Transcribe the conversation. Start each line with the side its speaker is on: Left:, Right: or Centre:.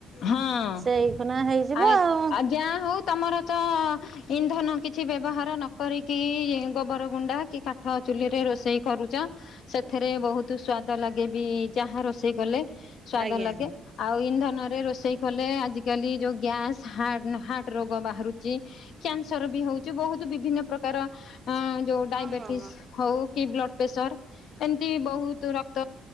Left: ହଁ
Right: ସେଇ ଖୁଣା ହେଇଯିବ
Left: ଆ
Right: ଆଉ
Left: ଆଜ୍ଞା ହଉ ତମର ତ ଇନ୍ଧନ କିଛି ବ୍ୟବହାର ନ କରିକି ଗୋବର ଗୁଣ୍ଡା କି କାଠ ଚୁଲିରେ ରୋଷେଇ କରୁଚ। ସେଥିରେ ବହୁତ ସ୍ଵାଦ ଲାଗେ ବି ଯାହା ରୋଷେଇ କଲେ। ସ୍ଵାଦ
Right: ଆଜ୍ଞା।
Left: ଲାଗେ ଆଉ ଇନ୍ଧନ ରେ ରୋଷେଇ କଲେ ଆଜିକାଲି ଯୋଉ ଗ୍ୟାସ ହାଟ୍ ହାର୍ଟ ରୋଗ ବାହାରୁଚି। କ୍ୟାନ୍ସର ବି ହଉଚି। ବହୁତ ବିଭିନ୍ନ ପ୍ରକାର ଅ ଯୋଉ
Right: ହଁ
Left: ଡାଇବେଟିସ୍ ହଉ କି ବ୍ଲଡ ପ୍ରେସର ଏମିତି ବହୁତ ରକ୍ତ